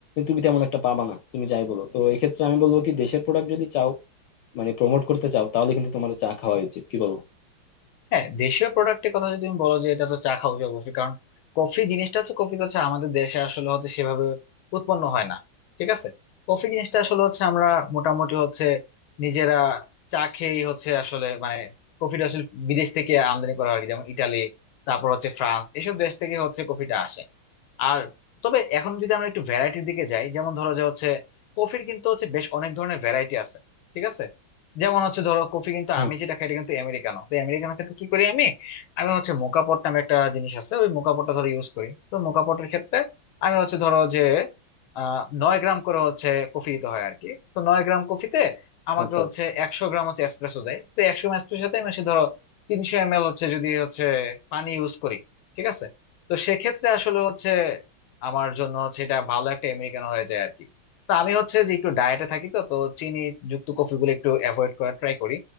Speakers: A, on the left; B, on the left.
A: তুমি তেমন একটা পাবা না তুমি যাই বলো তো এক্ষেত্রে আমি বলবো কি দেশের প্রোডাক্ট যদি চাও মানে প্রমোট করতে চাও তাহলে কিন্তু তোমার চা খাওয়া উচিত কি বলো
B: হ্যাঁ দেশীয় প্রোডাক্টের কথা যদি তুমি বলো যে এটা তো চা খাওয়া উচিত অবশ্যই কারণ কফি জিনিসটা হচ্ছে কফি তো হচ্ছে আমাদের দেশে আসলে হচ্ছে সেভাবে উৎপন্ন হয় না ঠিক আছে কফি জিনিসটা আসলে হচ্ছে আমরা মোটামুটি হচ্ছে নিজেরা চা খেয়েই হচ্ছে আসলে মানে কফিটা আসলে বিদেশ থেকে আমদানি করা হয় আর কি। যেমন ইটালি তারপর হচ্ছে ফ্রান্স এসব দেশ থেকে হচ্ছে কফিটা আসে আর তবে এখন যদি আমরা একটু ভ্যারাইটির দিকে যাই যেমন ধরো যে হচ্ছে কফির কিন্তু হচ্ছে বেশ অনেক ধরনের ভ্যারাইটি আছে ঠিক আছে যেমন হচ্ছে ধরো কফি কিন্তু
A: হুম।
B: আমি যেটা খাই এটা কিন্তু আমেরিকানো তো আমেরিকানো ক্ষেত্রে কি করি আমি আমি হচ্ছে মোকা পট নামে একটা জিনিস আছে ওই মোকা পটটা ধরো ইউজ করি তো মোকা পটের ক্ষেত্রে আমি হচ্ছে ধরো যে আহ নয় গ্রাম করে হচ্ছে কফি দিতে হয় আর কি তো নয় গ্রাম কফিতে আমাকে
A: আচ্ছা
B: হচ্ছে
A: আচ্ছা
B: একশো গ্রাম হচ্ছে এসপ্রেসো দেয় তো একশো গ্রাম এসপ্রেসোতে আমি হচ্ছে ধরো তিনশো এম এল হচ্ছে যদি হচ্ছে পানি ইউজ করি ঠিক আছে তো সেক্ষেত্রে আসলে হচ্ছে আমার জন্য হচ্ছে এটা ভালো একটা আমেরিকানো হয়ে যায় আর কি তো আমি হচ্ছে যে একটু ডায়েটে থাকি তো তো চিনি যুক্ত কফিগুলো একটু অ্যাভয়েড করার ট্রাই করি